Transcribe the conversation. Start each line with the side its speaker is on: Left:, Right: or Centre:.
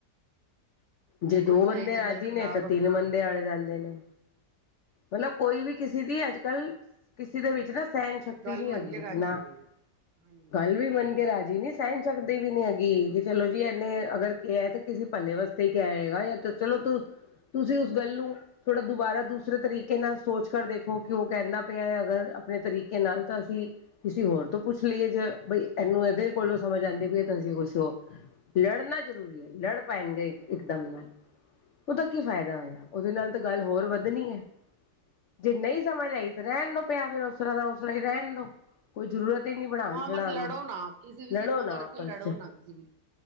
Left: ਜੇ
Right: ਦੇਖੋ
Left: ਦੋ
Right: ਜੀ
Left: ਬੰਦੇ
Right: ਇਹੀ ਤਾਂ
Left: ਰਾਜੀ
Right: ਗੱਲ ਖ਼ਰਾਬ
Left: ਨੇ ਤਾਂ
Right: ਹੈਗੀ
Left: ਤਿੰਨ ਬੰਦੇ ਅਲ ਜਾਂਦੇ ਨੇ ਮਤਲਬ ਕੋਈ ਵੀ ਕਿਸੇ ਦੀ ਅੱਜ ਕੱਲ ਕਿਸੇ ਦੇ ਵਿੱਚ ਨਾ ਸਹਿਣ ਸ਼ਕਤੀ
Right: ਗੱਲ
Left: ਨੀ
Right: ਮੰਨ
Left: ਹੈਗੀ
Right: ਕੇ ਰਾਜੀ
Left: ਨਾ
Right: ਨਹੀਂ ਹਾਂਜੀ ਹਾਂਜੀ
Left: ਗੱਲ ਵੀ ਮੰਨ ਕੇ ਰਾਜੀ ਨੀ। ਸਹਿਣ ਸਕਦੇ ਵੀ ਨੀ ਹੈਗੀ ਕਿ ਚਲੋ ਜੀ ਇਹਨੇ ਅਗਰ ਕਿਹਾ ਤਾਂ ਕਿਸੇ ਭੱਲਲੇ ਵਾਸਤੇ ਹੀ ਕਿਹਾ ਹੈਗਾ ਜਾਂ ਚਲੋ ਤੂੰ ਤੁਸੀਂ ਉਸ ਗੱਲ ਨੂੰ ਥੋੜਾ ਦੁਬਾਰਾ ਦ ਦੂਸਰੇ ਤਰੀਕੇ ਨਾਲ ਸੋਚ ਕਰ ਦੇਖੋ ਕਿ ਉਹ ਕਹਿੰਦਾ ਪਿਆ ਹੈ ਅਗਰ ਆਪਣੇ ਤਰੀਕੇ ਨਾਲ ਤਾਂ ਅਸੀਂ ਕਿਸੇ ਹੋਰ ਤੋਂ ਪੁੱਛ ਲਈਏ ਜੇ ਬਈ ਇਹਨੂੰ ਇਹਦੇ ਕੋਲੋਂ ਸਮਝ ਆਉਂਦੀ ਪਈਏ ਤਾਂ ਤੁਸੀਂ ਕੁਛ ਹੋ ਲੜਨਾ ਜ਼ਰੂਰੀ ਹੈ ਲੜ ਪੈਣਗੇ ਇਕਦਮ ਨਾਲ ਉਹਦਾ ਕੀ ਫਾਇਦਾ ਹੋਇਆ ਉਹਦੇ ਨਾਲ ਤਾਂ ਗੱਲ ਹੋਰ ਵੱਧਣੀ ਹੈ। ਜੇ ਨਹੀਂ ਸਮਝ ਆਈ ਤੇ
Right: ਹਾਂਜੀ
Left: ਰਹਿਣ ਦੋ ਪਿਆ ਫੇਿਰ ਉਸ ਤਰ ਦਾ ਉਸਸਰ ਹੀ ਰਹਿਣ ਦੋ ਕੋਈ ਜ਼ਰੂਰਤ ਹੀ ਨਹੀਂੀ ਪੜਉਣ
Right: ਹਾਂ
Left: ਚੜ੍ਹਾਉਣ
Right: ਬਸ ਲੜੋ
Left: ਦੀ
Right: ਨਾ ਕਿਸੇ ਵੀ
Left: ਲੜੋ
Right: ਚੀਜ਼ ਕੋ
Left: ਨਾ
Right: ਕਰਕੇ
Left: ਆਪਸ
Right: ਲੜੋ
Left: ਚ
Right: ਨਾ ਕਿਸੇ ਵੀ